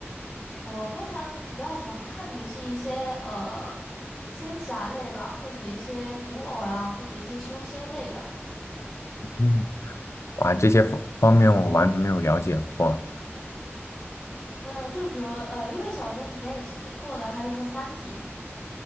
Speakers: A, on the left; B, on the left.
A: 我通常比较喜欢看的是一些呃仙侠类吧，或者一些古偶啊，或者一些修仙类的。
B: 嗯，哇，这些方方面我完全没有了解过。
A: 呃，就比如呃，有一本小说你应该也是听过的，它叫做《三体》。